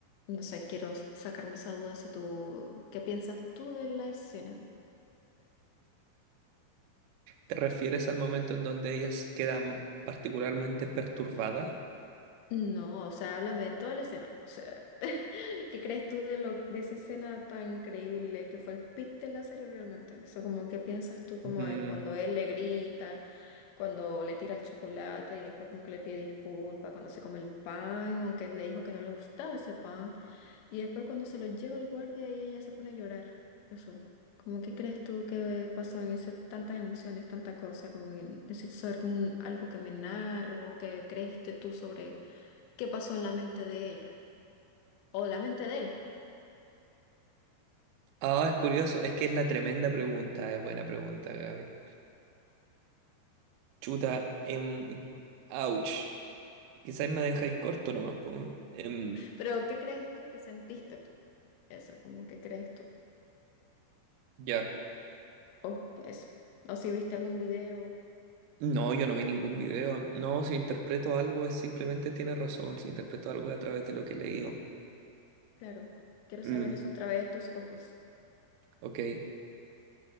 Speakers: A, on the left; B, on the right.
A: no sé, quiero sacarme esa duda si tú, ¿qué piensas tú de la escena?
B: ¿Te refieres al momento en donde ellas quedan particularmente perturbadas?
A: No, o sea, háblame de toda la escena. O sea, <laughs> ¿qué crees tú de lo, de esa escena tan increíble que fue el pic de la serie realmente? Eso como qué piensas tú como
B: Ujú.
A: de cuando él le grita, cuando le tira el chocolate y después como que le pide disculpas, cuando se come el pan, aunque él le dijo que no le gustaba ese pan, y después cuando se lo lleva el guardia y ella se pone a llorar. Eso. Como qué crees tú que pasó en esas tantas emociones, tanta cosa, como que necesito saber como un- algo que me narre o que creíste tú sobre qué pasó en la mente de ella o la mente de él.
B: Ah, es curioso, es que es la tremenda pregunta, es buena pregunta, Gaby. Chuta, em, ouch. Quizás me dejáis corto nomás. po. Em,
A: Pero ¿qué crees tú que sentiste tú? Eso, como ¿qué crees tú?
B: ya.
A: O eso. O si viste algún video,
B: No, yo no vi ningún video. No, si interpreto algo es simplemente tiene razón. Si interpreto algo es a través de lo que he leído.
A: claro, quiero
B: Mm,
A: saber eso a través de tus ojos.
B: ok.